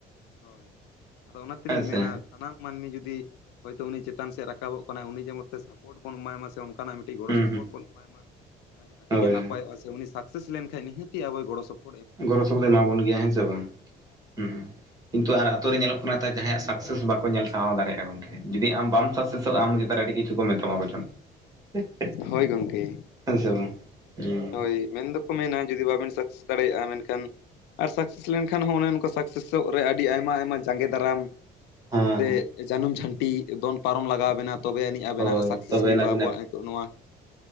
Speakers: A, on the left (about 80°); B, on the right (about 20°).
A: ᱦᱳᱭ <unintelligible> ᱟᱫᱚ ᱚᱱᱟ ᱛᱮᱞᱤᱧ
B: ᱦᱮᱸ
A: ᱢᱮᱱᱟ
B: ᱥᱮ
A: ᱥᱟᱱᱟᱢ ᱢᱟᱹᱱᱢᱤ ᱡᱩᱫᱤ ᱦᱳᱭᱛᱳ ᱩᱱᱤ ᱪᱮᱛᱟᱱ ᱥᱮᱫ ᱨᱟᱠᱟᱵᱚᱜ ᱠᱟᱱᱟᱭ ᱩᱱᱤ ᱡᱮᱢᱚᱱ ᱛᱮ ᱥᱟᱯᱚᱴ ᱵᱚᱱ ᱮᱢᱟᱭ ᱢᱟ ᱥᱮ ᱚᱱᱠᱟᱱᱟᱜ ᱢᱤᱫ ᱴᱤᱡ ᱜᱚᱲᱚ
B: ᱦᱩᱸ
A: ᱥᱚᱯᱚᱦᱚᱫ
B: ᱦᱩᱸ
A: ᱵᱚᱱ ᱮᱢᱟᱭ ᱢᱟ <unintelligible> ᱟᱹᱰᱤ
B: ᱦᱳᱭ
A: ᱜᱮ ᱱᱟᱯᱟᱭᱚᱜᱼᱟ ᱥᱮ ᱩᱱᱤ ᱥᱟᱠᱥᱮᱥ ᱞᱮᱱ ᱠᱷᱟᱡ ᱱᱤᱦᱟᱹᱛᱤ ᱟᱵᱚᱭ ᱜᱚᱲᱚ ᱥᱚᱯ-
B: ᱜᱚᱲᱚ ᱥᱚᱯᱚᱦᱚᱫ ᱦᱮᱱᱟᱜ ᱵᱚᱱ ᱜᱮᱭᱟ ᱦᱮᱸ ᱪᱮ ᱵᱟᱝᱼᱟ,
A: ᱦᱳᱭ
B: ᱦᱩᱸ᱾ ᱠᱤᱱᱛᱩ ᱟᱨ ᱟᱹᱛᱩ ᱨᱮ ᱧᱮᱞᱚᱜ ᱠᱟᱱᱟ ᱛᱟᱭ ᱡᱟᱦᱟᱸᱭᱟᱜ ᱥᱟᱠᱥᱮᱥ ᱵᱟᱠᱚ ᱧᱮᱞ ᱥᱟᱦᱟᱶ ᱫᱟᱲᱮᱭᱟᱜᱼᱟ ᱜᱚᱝᱠᱮ ᱡᱩᱫᱤ ᱟᱢ ᱵᱟᱢ ᱥᱟᱠᱥᱮᱥᱼᱚᱜᱼᱟ ᱟᱢ ᱪᱮᱛᱟᱱ ᱨᱮ ᱟᱹᱰᱤ ᱠᱤᱪᱷᱩ ᱠᱚ ᱢᱮᱛᱟᱢᱟ ᱵᱚᱪᱚᱱ, <unintelligible>
A: ᱦᱳᱭ ᱜᱚᱝᱠᱮ᱾
B: ᱦᱮᱸᱥᱮ ᱵᱟᱝ? ᱦᱩᱸ ᱾
A: ᱦᱳᱭ ᱢᱮᱱ ᱫᱚᱠᱚ ᱢᱮᱱᱟ ᱡᱩᱫᱤ ᱵᱟᱹᱵᱤᱱ ᱥᱟᱠᱥᱮᱥ ᱫᱟᱲᱮᱭᱟᱜᱼᱟ ᱢᱮᱱᱠᱷᱟᱱ ᱟᱨ ᱥᱟᱠᱥᱮᱥ ᱞᱮᱱᱠᱷᱟᱱ ᱦᱚᱸ ᱚᱱᱮ ᱚᱱᱠᱟ ᱥᱟᱠ- ᱥᱮᱥᱚᱜ ᱨᱮ ᱟᱹᱰᱤ ᱟᱭᱢᱟ ᱟᱭᱢᱟ ᱡᱟᱸᱜᱮ ᱫᱟᱨᱟᱢ
B: ᱦᱮᱸ
A: ᱥᱮ ᱡᱟᱹᱱᱩᱢ ᱡᱷᱟᱹᱱᱴᱤ ᱮ ᱫᱚᱱ ᱯᱟᱨᱚᱢ ᱞᱟᱜᱟᱣ ᱵᱮᱱᱟ ᱛᱚᱵᱮ ᱟᱹᱱᱤᱡ ᱟᱵᱮᱱᱟᱜ
B: ᱦᱳᱭ
A: ᱥᱟᱠᱥᱮᱥ
B: ᱛᱚᱵᱮ
A: ᱦᱩᱭᱩᱜᱼᱟ
B: ᱟᱹᱱᱟᱜ
A: ᱟᱵᱚᱣᱟᱜ ᱱᱤᱛᱚᱜ ᱱᱚᱣᱟ ᱾